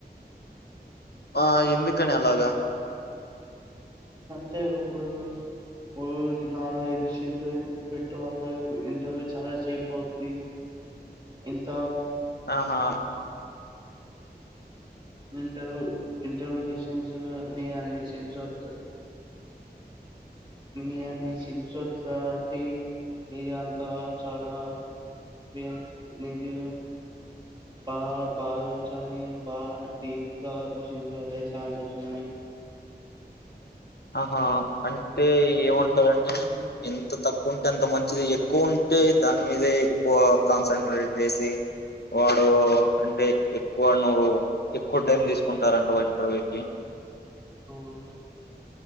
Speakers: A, on the left (about 70°); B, on the right (about 25°).
A: ఆ ఎందుక్ క్కనేలాగా
B: అంటే ఇప్పుడు ఓరి నాలుగు ఐదు <unintelligible> పెట్టు అంటే ఇంటర్ చాలా చేప్ అవుద్ది ఇంత
A: ఆహా
B: ఇంటరు ఇంటర్వ్యూ సెక్షన్స్ నీ అన్ని స్క్రీన్షాట్స్ నీ అన్ని <unintelligible> కావట్టి నీది అంతా చాలా ఎపిరీయన్స్ నీది బా బాగా వచ్చని బాగా డీప్గాక్యూస్షన్స్ అడిగే ఛాన్సెస్ ఉన్నాయి.
A: ఆహా అన్ అయితే ఏమంటారంటే
B: ఉమ్
A: మీరు ఎంత తక్కువ కుంట్ ఎంత మంచిది ఎక్కువ ఉంటే దాని మీదే ఎక్కువ కాన్సన్ట్రేట్ జేసి వాడు అంటే ఏ క్వాల్ నువ్వు ఎక్కువ టైం తీసుకుంటారంటవ్ ఇంటర్వ్యూ కి
B: అవును